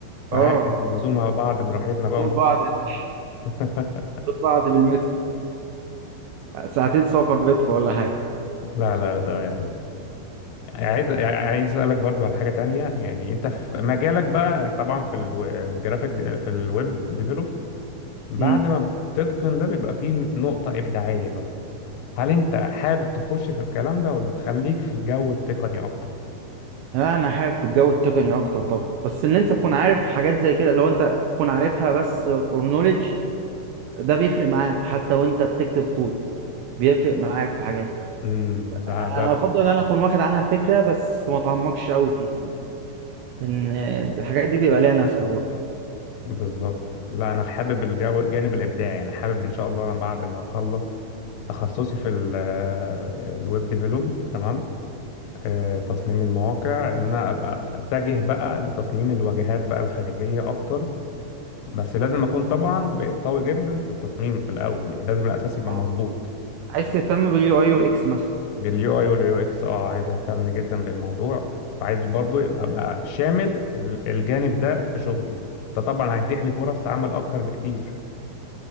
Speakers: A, on the left; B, on the right.
A: وعادي
B: اه
A: نزومها بعض براحتنا بقى
B: دول
A: ونخرج
B: بعض يا باشا
A: <laughs>
B: دول بعض بالمترو <laughs> ساعتين سفر مترو ولا حاجه
A: لا لا لا تمام عايز عايز اسالك برضو على حاجه تانية يعني انت في مجالك بقى طبعا في الجرافيك في الويب ديفلوب بعد
B: ف
A: ما مم. بتتقن ده بيبقى فيه نقطة إبداعية بقى هل أنت حابب تخش في الكلام ده ولا تخليك في الجو التقني أكتر؟
B: لا انا حابب الجو التقني اكتر طبعا بس ان انت تكون عارف حاجات زي كده لو انت تكون عارفها بس فور نوليدج ده بيفرق معاك حتى وانت بتكتب كود بيفرق معاك في حاجات
A: امم ده
B: أنا
A: ده
B: افضل ان انا اكون واخد عنها فكره بس ما اتعمقش قوي فيها ان الحاجات دي بيبقى ليها ناسها برضه
A: بالظبط لا أنا حابب الجو الجانب الإبداعي يعني حابب إن شاء الله أنا بعد ما أخلص تخصصي في ال- الويب ديفلوب تمام آه، تصميم المواقع إن أنا أبقى أتجه بقى لتصميم الواجهات بقى الخارجية أكتر بس لازم أكون طبعا بقيت قوي جدا في التصميم في الأول يعني لازم الأساس يبقى
B: آه.
A: مظبوط
B: عايز تهتم باليو اي يو اكس مثلا
A: باليو اي واليو اكس اه عايز اهتم جدا بالموضوع وعايز برضو يبقى ابقى شامل ال- الجانب ده في شغلي ده طبعا هيتيح لي فرص عمل اكتر بكتير